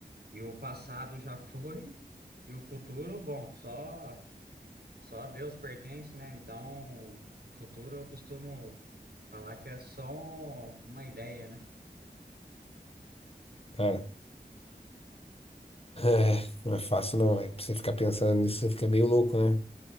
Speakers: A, on the right; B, on the left.
A: e o passado já <laughs> foi, e o futuro, bom, só só a Deus pertence, né? Então, o futuro eu costumo falar que é só uma ideia, né?
B: Cara, <laughs> é, não é fácil não, velho. Pra você ficar pensando nisso, você fica meio louco, né?